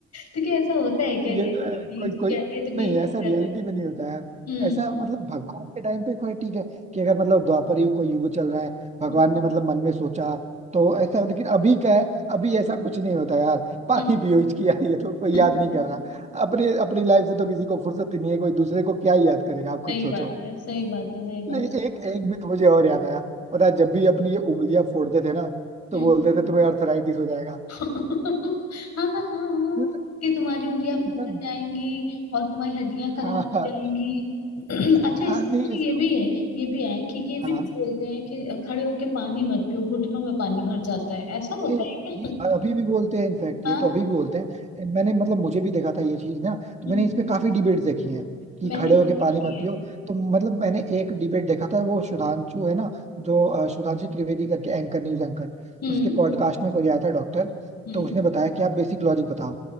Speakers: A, on the left; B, on the right.
A: तो क्या ऐसा होता है क्या
B: ये
A: रियलिटी
B: तो है,
A: में
B: कोई
A: हिचकी
B: कोई
A: आती है तो कोई
B: नहीं
A: याद
B: ऐसा
A: कर
B: रियलिटी
A: रहा है
B: में नहीं होता है
A: हम्म
B: ऐसा मतलब भगवान के टाइम पे कोई ठीक है कि अगर मतलब द्वापर युग कोई युग चल रहा है भगवान
A: <laughs>
B: ने मतलब मन में सोचा तो ऐसा लेकिन अभी क्या है अभी ऐसा कुछ नहीं होता यार <laughs> पानी
A: हम्म,
B: पियो इसकी यार ये तो कोई याद
A: हम्म,
B: नहीं कर रहा अपने अपनी लाइफ से तो किसी को फुर्सत ही नहीं है कोई दूसरे को क्या ही याद करेगा आप खुद
A: सही
B: सोचो
A: बात है सही बात है सही बात
B: लेकिन एक एक भी तो मुझे और याद आया पता है जब भी अपनी ये उंगलियां फोड़ते थे ना
A: क्या
B: तो बोलते थे तुम्हें अर्थराइटिस हो जाएगा
A: <laughs> हाँ हाँ हाँ हाँ
B: फिर
A: कि तुम्हारी उंगलियां फूल
B: बस-
A: जाएंगी और तुम्हारी हड्डियां खराब
B: हाँ
A: हो
B: हाँ
A: जाएंगी <clears throat> अच्छा इसमें
B: हाँ नहीं
A: मुझे
B: ऐसे
A: ये भी है ये भी है कि ये भी
B: हाँ
A: तो बोलते हैं कि खड़े होके पानी मत पियो घुटनों में पानी भर जाता है ऐसा होता
B: ये
A: है क्या
B: ये
A: <laughs>
B: अभी भी बोलते हैं इनफैक्ट
A: हाँ
B: ये तो अभी भी बोलते हैं मैंने मतलब मुझे भी देखा था ये चीज ना तो
A: हम्म,
B: मैंने इस पे काफी डिबेट्स देखी हैं कि
A: मैंने
B: खड़े होके
A: भी देखी
B: पानी मत
A: है
B: पियो तो मतलब मैंने एक डिबेट देखा था वो सुधांशु है ना जो अ, सुधांशु त्रिवेदी करके एंकर न्यूज एंकर
A: हम्म
B: उसके पॉडकास्ट में कोई आया था डॉक्टर
A: हम्म
B: तो उसने बताया कि आप बेसिक लॉजिक बताओ